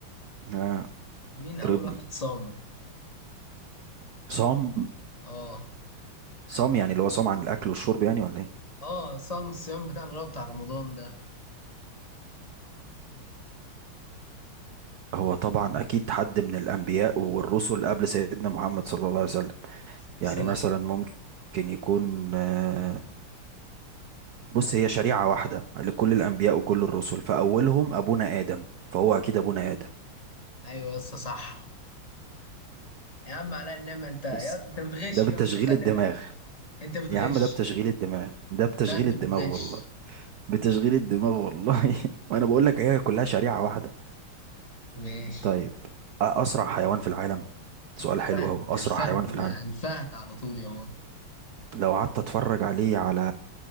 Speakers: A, on the right; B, on the left.
A: اه
B: مين أول
A: تربني
B: واحد صام؟
A: صام
B: آه
A: صام يعني اللي هو صام عن الاكل والشرب يعني ولا ايه
B: آه صام الصيام بتاع اللي هو بتاع رمضان ده
A: هو طبعا اكيد حد من الانبياء والرسل قبل سيدنا محمد صلى الله عليه وسلم
B: السلام
A: يعني مثلا ممكن يكون آه، بص هي شريعة واحدة لكل الانبياء وكل الرسل فاولهم ابونا ادم فهو اكيد ابونا ادم
B: أيوة يا اسطى صح يا عم عليا النعمة أنت يا...
A: بص
B: أنت بتغش
A: ده بتشغيل
B: يا اسطى خلي
A: الدماغ
B: بالك أنت بتغش
A: يا عم ده بتشغيل الدماغ ده بتشغيل
B: لا أنت
A: الدماغ
B: بتغش
A: والله بتشغيل الدماغ والله <laughs> وانا بقول لك هي كلها شريعة واحدة
B: ماشي
A: طيب أ- اسرع حيوان في العالم سؤال
B: الفهد
A: حلو اهو اسرع
B: الفهد
A: حيوان
B: ده
A: في العالم
B: الفهد على طول يا بابا
A: لو قعدت اتفرج عليه على